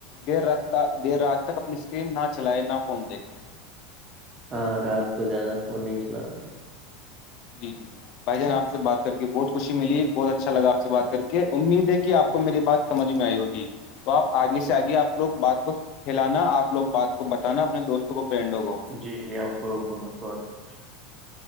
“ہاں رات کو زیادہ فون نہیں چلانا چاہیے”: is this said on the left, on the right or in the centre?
Right